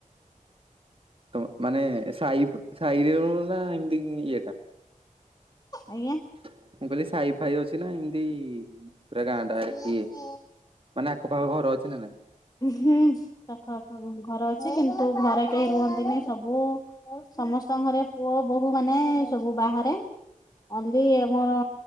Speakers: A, on the right; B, on the left.
A: ତ ମାନେ ସାଇ ତ ସାଇରେ ହୁଏ ନା ଏମିତି ଇଏଟା।
B: ଆଜ୍ଞା।
A: ମୁଁ କହିଲି ସାଇ ଫାଇ ଅଛି ନା ଏମିତି ପୁରା
B: ଶିଖ
A: ଗାଁ ଟା ଇଏ ମାନେ ଆଖପାଖ ଘର ଅଛି ନା ନାଇଁ।
B: ହୁଁ ପାଖ ଆଖ ଘର ଅଛି କିନ୍ତୁ ଘରେ କେହି ରୁହନ୍ତିନି ସବୁ ସମସ୍ତଙ୍କ ଘରେ ପୁଅ ବୋହୂ ମାନେ ସବୁ ବାହାରେ। ଓନ୍ଲି ଆମର